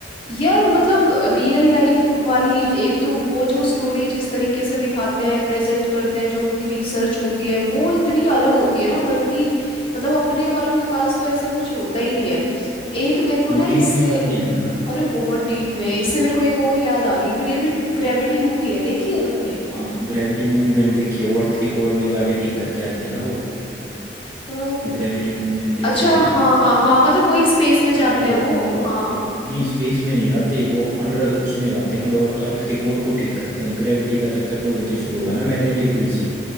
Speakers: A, on the left; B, on the right.
A: यार मतलब रियल लाइफ वाली एक तो वो जो स्टोरी जिस तरीके से दिखाते हैं प्रेजेंट करते हैं जो उनकी रिसर्च होती है वो इतनी अलग होती है ना बल्कि मतलब अपने वालों के पास तो ऐसा कुछ होता ही नहीं है एक मेरे को
B: वो
A: ना इससे
B: डीप में जाते हैं ना
A: अरे बहुत डीप में इससे मेरे को एक और याद आ गई ग्रेविट ग्रेविटी मूवी है देखी है तुमने
B: हाँ ग्रेविटी मूवी मैंने देखी है वो अर्थ के कोर में जाके ठीक करके आते हैं ना वो
A: अ,
B: ग्रेविटी मूवी मैंने देखी
A: अच्छा
B: है
A: हाँ हाँ हाँ मतलब वही स्पेस में जाते
B: याद
A: हैं
B: होगा
A: वो
B: मतलब आपको
A: हाँ
B: नहीं स्पेस में नहीं जाते वो अंडर उसमें जाते हैं मतलब अर्थ अर्थ के कोर को ठीक करते हैं ग्रेविटी का चक्कर तो वहीं से शुरू होगा ना मैग्नेटिक फील्ड से